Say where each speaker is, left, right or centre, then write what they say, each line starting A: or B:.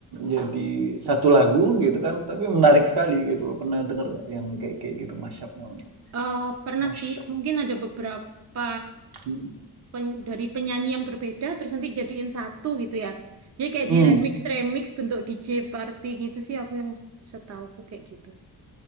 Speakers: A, on the right; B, on the right.
A: jadi satu lagu gitu kan, tapi menarik sekali gitu loh. Pernah denger nggak yang kayak kayak gitu, mashup namanya?
B: Eh, pernah
A: Mashup,
B: sih, mungkin ada beberapa
A: hmm
B: pen- dari penyanyi yang berbeda, terus nanti dijadiin satu gitu ya. Jadi kayak
A: Mmm,
B: di remix, remix bentuk DJ party gitu sih, aku yang setauku kayak gitu.